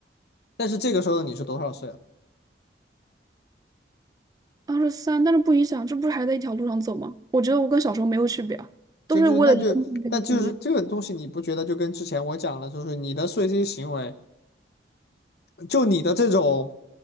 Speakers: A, on the left (about 60°); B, on the right (about 20°).
A: 但是这个时候的你是多少岁了？
B: 二十三，但是不影响，这不是还在一条路上走吗？我觉得我跟小时候没有区别啊，
A: 这就那就那就是这个东西，
B: 都是为了一个目标努力，
A: 你不觉得就跟之前我讲了，就是你的这些行为，就你的这种，